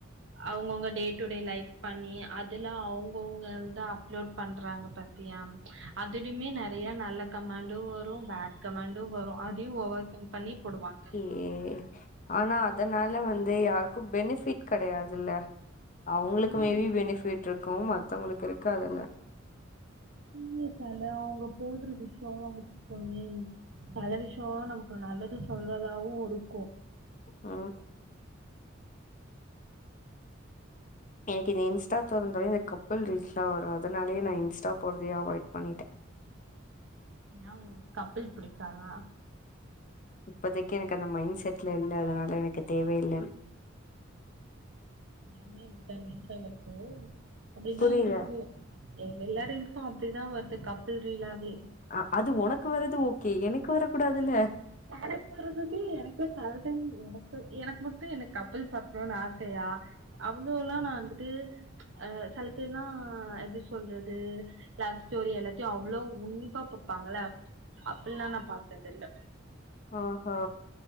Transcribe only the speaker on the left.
ஏ ஆனா அதனால வந்து யாருக்கு பெனிஃபிட் கெடையாதுல்ல அவுங்களுக்கு
மேபி பெனிஃபிட் இருக்கு மத்தவங்களுக்கு இருக்காதுல
ஆ எனக்கு இந்த இன்ஸ்டா தொறந்தாலே இந்த கப்புள் ரீஸ்லா வரு அதனாலயே நா இன்ஸ்ட போறதயே அவாய்ட் பண்ணிட்டே
இப்போதைக்கு எனக்கு அந்த மைண்ட் செட்ல இல்ல அதனால எனக்கு தேவ இல்லன்
புரியல
அ அது ஒனக்கு வர்றது ஓகே எனக்கு வர கூடாதுல
ஆ ஆ